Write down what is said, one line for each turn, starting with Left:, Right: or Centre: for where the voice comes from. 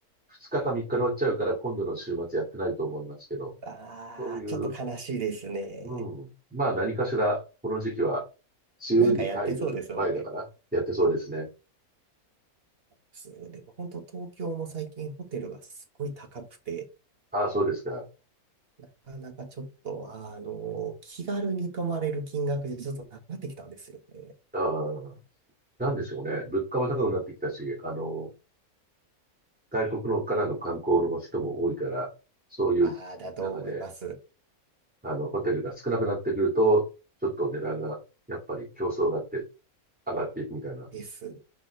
Centre: 2日か3日で終わっちゃうから今度の週末やってないと思いますけど、
Right: ああ、
Centre: そういう、
Right: ちょっと悲しいですね。
Centre: うん、まあ何かしらこの時期は梅雨に入る前だからやってそうですね。
Right: なんかやってそうですもんね。すでも本当東京も最近ホテルがすっごい高くて、
Centre: ああ、そうですか。
Right: なかなかちょっと、あの、気軽に泊まれる金額でちょっとなくなってきたんですよね。
Centre: ああ、なんでしょうね。物価も高くなってきたし、あの、外国のからの観光の人も多いから、そういう中で、
Right: ああ、だと思います。
Centre: あの、ホテルが少なくなってくると、ちょっと値段が、やっぱり競争があって、上がっていくみたいな。
Right: です。